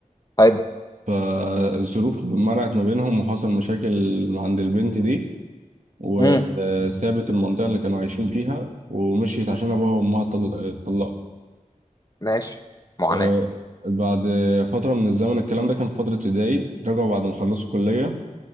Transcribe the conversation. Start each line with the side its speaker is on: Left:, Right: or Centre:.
Left: حلو
Right: فالظروف منعت ما بينهم وحصل مشاكل عند البنت دي وسابت
Left: امم
Right: المنطقة اللي كانوا عايشين فيها ومشيت عشان أبوها وأمها طل- اتطلقوا
Left: ماشي معاناة
Right: آه، بعد فترة من الزمن الكلام ده كان في فترة ابتدائي رجعوا بعد ما خلصوا كلية